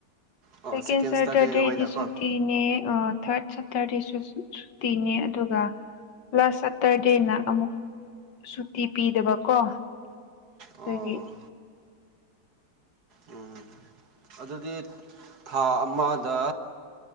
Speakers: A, on the right; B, on the left.
A: ꯑꯣ
B: ꯁꯦꯀ
A: ꯁꯦꯀꯦꯟ
B: ꯁꯦꯇꯔꯗꯦꯗꯤ
A: ꯁꯇꯔꯗꯦ ꯑꯣꯏꯅꯀꯣ
B: ꯁꯤ
A: ꯑꯣ
B: ꯅꯦ ꯊꯥꯔꯠ ꯁꯇꯔꯗꯦꯁꯨ ꯁꯨꯇꯤꯅꯦ ꯑꯗꯨꯒ ꯂꯥꯁ ꯁꯠꯇꯔꯗꯦꯅ ꯑꯃꯨꯛ ꯁꯨꯇꯤ ꯄꯤꯗꯕꯀꯣ
A: ꯑꯣ
B: ꯗꯒꯤ
A: ꯎꯝ ꯑꯗꯨꯗꯤ ꯊꯥ ꯑꯃꯗ